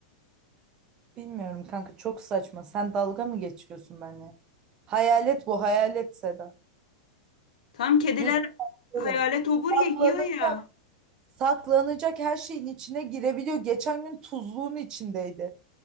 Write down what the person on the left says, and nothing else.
Tam kediler
hayalet
obur
ya yiyor ya.